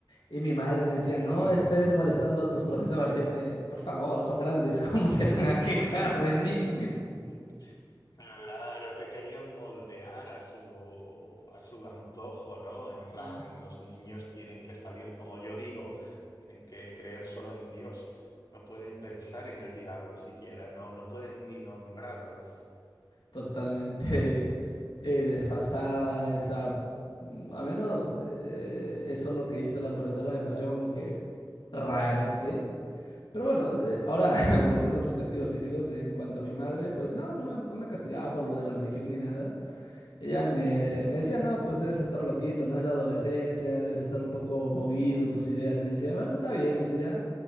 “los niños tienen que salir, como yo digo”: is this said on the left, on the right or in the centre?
Left